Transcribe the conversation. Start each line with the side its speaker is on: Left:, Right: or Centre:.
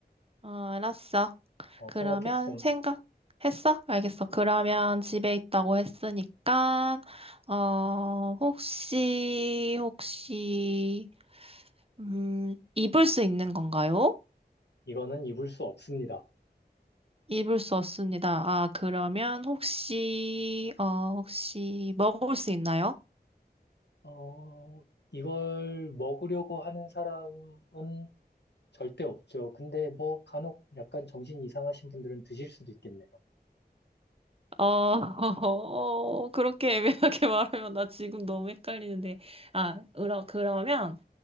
Right: 어, 알았어.
Left: 어,
Right: 그러면
Left: 생각했음.
Right: 생각했어? 알겠어. 그러면
Left: 음.
Right: 집에 있다고 했으니까, 어, 혹시, 혹시, 음, 입을 수 있는 건가요?
Left: 이거는 입을 수 없습니다.
Right: 입을 수 없습니다. 아, 그러면 혹시, 어, 혹시 먹을 수 있나요?
Left: 어, 이걸 먹으려고 하는 사람은 절대 없죠. 근데 뭐 간혹 약간 정신 이상하신 분들은 드실 수도 있겠네요.
Right: 어, <laughs> 어, 그렇게 애매하게 <laughs> 말하면 나 지금 너무 헷갈리는데. 아, 으라- 그러면,